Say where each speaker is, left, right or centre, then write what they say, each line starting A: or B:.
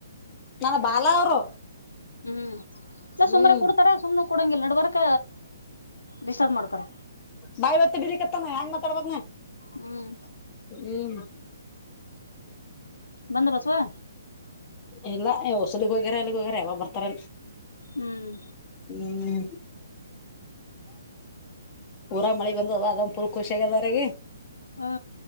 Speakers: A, on the left; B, on the left.
A: ನನ್ನ ಬಾಲಾ ಅವ್ರು
B: ಹ್ಮ್ ಎ
A: ಹ್ಮ್
B: ಸುಮ್ರ ಕುಡ್ತಾರ ಸುಮ್ನೆ ಕುೂಡಂಗ ಇಲ್ ನಡವರ್ಕ ಡಿಸ್ಟರ್ಬ್ ಮಾಡ್ತಾರ
A: ಬಾಯಿ ಬತ್ತ ಬಿಡಿ ಕತ್ತನ ಹೆಂಗ್ ಮಾತಾಡಬಾಗನ
B: ಹ್ಮ್
A: ಹ್ಮ್
B: ಬಂದೋಬಸ್ವಾ
A: ಇಲ್ಲ ಹೊಸಲಗ್ ಹೋಗ್ಯಾರ ಎಲ್ಲಿಗ್ ಹೋಗ್ಯಾರ ಯಾವಾಗ ಬರ್ತಾರ
B: ಹ್ಮ್
A: ಹ್ಮ್ ಪೂರಾ ಮಳೆ ಬಂದದ ಅದ್ ಪೂರ್ ಖುಷಿ ಆಗ್ಯದವರಗ
B: ಹಾ